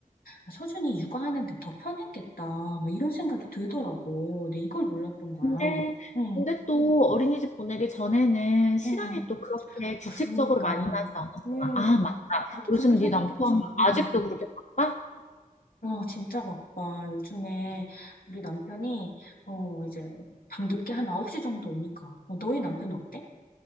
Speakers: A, on the left; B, on the left.
A: 아, 서준이 육아하는데 더 편했겠다. 막 이런 생각이 들더라고. 근데 이걸 몰랐던 거야.
B: 근데,
A: 응,
B: 근데 또 어린이집 보내기 전에는 시간이
A: 응.
B: 또 그렇게 규칙적으로
A: 그니까,
B: 많이 나지 않았잖아.
A: 응.
B: 아, 맞다.
A: 나도 그렇게
B: 요즘
A: 생각했지.
B: 네 남편
A: 응.
B: 아직도 그렇게 바빠?
A: 아, 진짜 바빠. 요즘에 우리 남편이, 어, 이제, 밤늦게 한 9시 정도 오니까. 어, 너희 남편 어때?